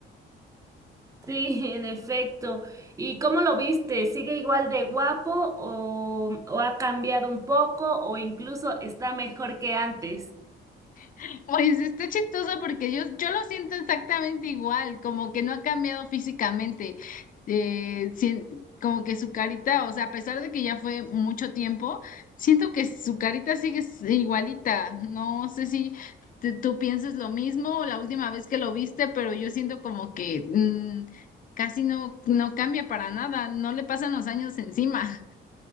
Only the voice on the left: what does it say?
<laughs> Pues está chistoso porque yo, yo lo siento exactamente igual, como que no ha cambiado físicamente. Eh, sien- como que su carita, o sea, a pesar de que ya fue mucho tiempo, siento que su carita sigue s- igualita. No sé si te- tú piensas lo mismo la última vez que lo viste, pero yo siento como que mm, casi no, no cambia para nada, no le pasan los años encima.